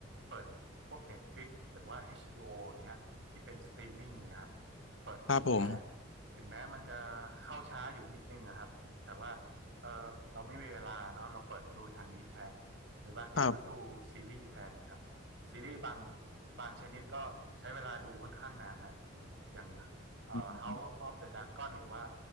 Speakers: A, on the right (about 60°); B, on the left (about 80°).
A: เปิดพวก Netflix หรือว่า HBO อชบีโออย่างเงี้ยที่เป็นสตรีมมิ่งเนี่ยครับเปิดดูแทน
B: ครับผม
A: ถึงแม้มันจะเข้าช้าอยู่นิดนึงนะครับแต่ว่าเออเราไม่มีเวลาเนาะเราเปิดดูทางนี้แทนหรือบางทีก็ดูซีรีส์แทนนะครับซีรีส์บาง
B: ครับ
A: บางชนิดก็ใช้เวลาดูค่อนข้างนานฮะเหมือนอย่างเอ่อ
B: อืม
A: House of the Dragon หรือว่า